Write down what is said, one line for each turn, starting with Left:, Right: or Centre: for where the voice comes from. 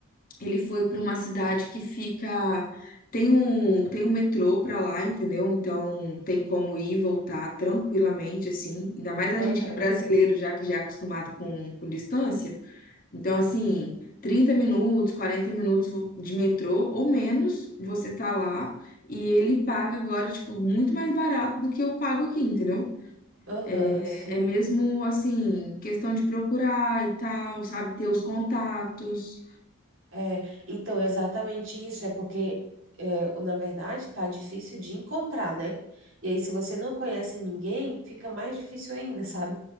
Left: ele foi para uma cidade que fica. Tem um, tem um metrô para lá, entendeu? Então tem como ir e voltar tranquilamente, assim. Ainda mais a gente
Right: aham,
Left: que é brasileiro, já que já é acostumado com, com distância. Então, assim, 30 minutos, 40 minutos de metrô ou menos, você tá lá. E ele paga agora, tipo, muito mais barato do que eu pago aqui, entendeu?
Right: aham,
Left: É
Right: sim.
Left: é mesmo assim, questão de procurar e tal, sabe? Ter os contatos.
Right: É, então, é exatamente isso, é porque, é, na verdade, tá difícil de encontrar, né? E aí, se você não conhece ninguém, fica mais difícil ainda, sabe?